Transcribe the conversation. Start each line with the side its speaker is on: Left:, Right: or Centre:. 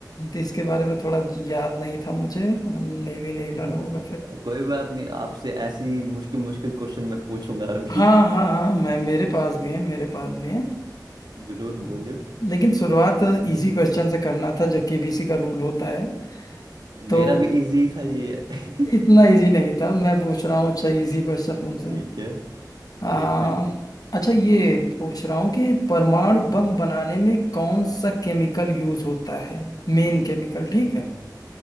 Left: इसके बारे में थोड़ा याद नहीं था मुझे नेवी ने ही लड़ा
Right: <laughs>
Left: होगा फिर
Right: कोई बात नहीं आपसे ऐसी मुश्किल मुश्किल क्वेश्चन मैं पूछूंगा अभी
Left: हाँ हाँ हाँ मैं मेरे पास भी है मेरे पास भी है
Right: <laughs> जरूर
Left: हाँ।
Right: बोलियो
Left: लेकिन शुरुआत
Right: हम्म,
Left: इजी क्वेश्चन से करना था जो केबीसी का रूल होता है तो
Right: मेरा भी इजी था ये <laughs>
Left: इतना इजी नहीं था मैं पूछ रहा हूँ अच्छा इजी क्वेश्चन तुमसे
Right: ठीक है
Left: आ,
Right: ठीक है
Left: अच्छा ये पूछ रहा हूँ कि परमाणु
Right: हम्म
Left: बम बनाने में कौन सा केमिकल यूज होता है मेन केमिकल ठीक
Right: हम्म
Left: है